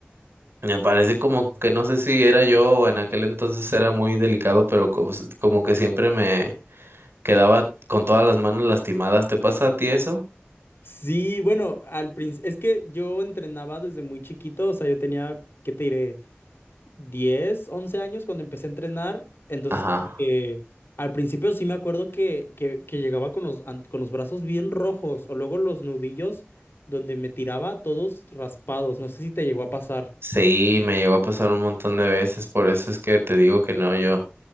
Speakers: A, on the right; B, on the left.
A: me parece como que no sé si era yo o en aquel entonces era muy delicado, pero co- pues, como, que siempre me quedaba con todas las manos lastimadas. ¿Te pasa a ti eso?
B: Sí, bueno, al principio, es que yo entrenaba desde muy chiquito, o sea, yo tenía, ¿qué te diré? 10, 11 años cuando empecé a entrenar, entonces
A: Ajá.
B: como que al principio sí me acuerdo que, que, que llegaba con los, an- con los brazos bien rojos o luego los nudillos donde me tiraba todos raspados, no sé si te llegó a pasar.
A: Sí, me llegó a pasar un montón de veces, por eso es que te digo que no, yo.